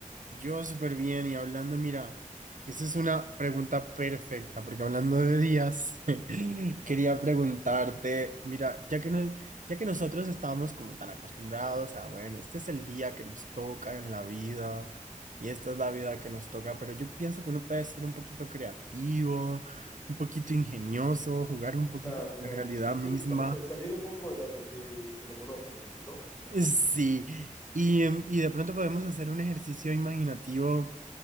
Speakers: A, on the right; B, on the left.
A: Yo súper bien y hablando, mira, esa es una pregunta perfecta porque hablando de días, <laughs> quería preguntarte, mira, ya que, nos- ya que nosotros estábamos como tan acostumbrados a, bueno, este es el día que nos toca en la vida y esta es la vida que nos toca, pero yo pienso que uno puede ser un poquito creativo, un poquito ingenioso, jugar un poquito
B: Claro,
A: con
B: claro.
A: la realidad
B: Sí,
A: misma.
B: sí, sal- sal- salir un poco de, la re- de, de lo monótono, ¿no?
A: Sí, y, em, y de pronto podemos hacer un ejercicio imaginativo.